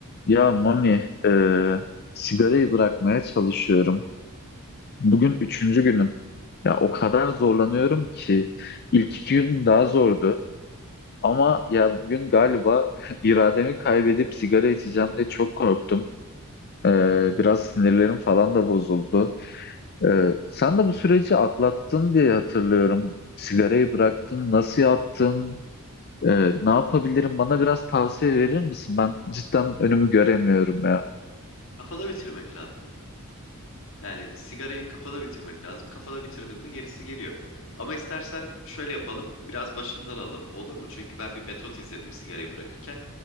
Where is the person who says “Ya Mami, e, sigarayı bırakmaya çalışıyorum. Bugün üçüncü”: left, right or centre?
Left